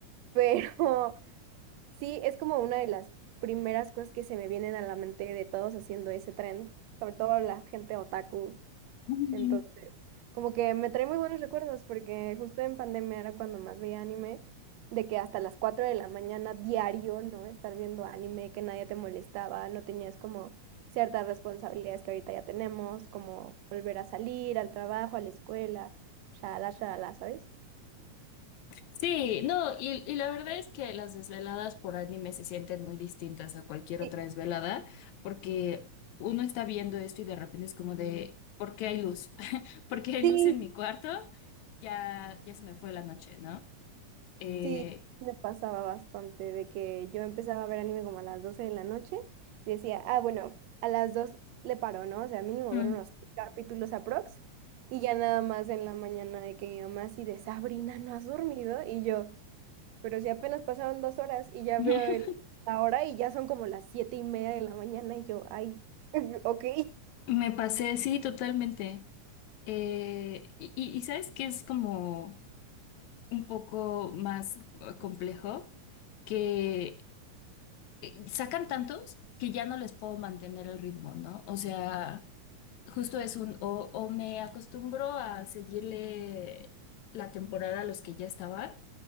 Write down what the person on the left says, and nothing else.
<laughs>
Sí, no, y, y la verdad es que las desveladas por anime se sienten muy distintas a cualquier
otra desvelada, porque uno está viendo esto y de repente es como de, ¿por qué hay luz? <laughs> ¿Por qué hay
luz en mi cuarto? Ya, ya se me fue la noche, ¿no? Eh,
Mm.
<laughs>
me pasé, sí, totalmente. Eh, y, y y sabes que es como un poco más eh, complejo que... eh, sacan tantos que ya no les puedo mantener el ritmo, ¿no? O sea, justo es un, o, o me acostumbro a seguirle la temporada a los que ya estaban,